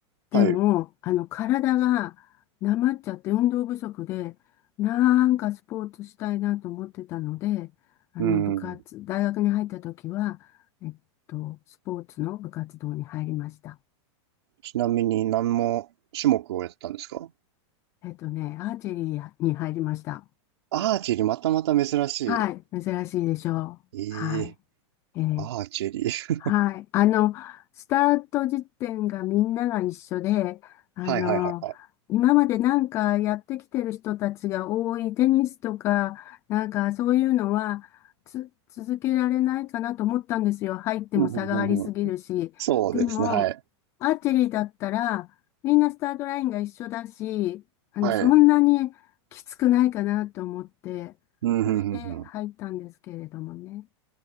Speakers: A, on the left; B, on the right.
A: でも、
B: はい。う
A: あの、体がなまっちゃって運動不足で、なんかスポーツしたいなと思ってたので、あの、
B: ーん。
A: 部活、大学に入った時は、えっと、スポーツの部活動に入りました。
B: ちなみに何の種目をやってたんですか
A: えっとね、アーチェリーに入りました。
B: アーチェリー、またまた珍し
A: はい、珍しいでしょう。
B: い。
A: はい。
B: ええ
A: えー
B: アーチェリー。<laughs>
A: はい。あの、スタート時点がみんなが一緒で、あの、
B: はいはいはいはい。
A: 今までなんかやってきてる人たちが多いテニスとか、なんかそういうのはつ、続けられないかなと思ったんですよ。入っても差がありすぎるし。
B: うんうんうんうん、そうですね、
A: でも、
B: はい。
A: アーチェリーだったら、みんなスタートラインが一緒だし、あの、
B: はい。
A: そんなにきつくないかなと思って、
B: うんうんうんうん、
A: それで入ったんですけれどもね。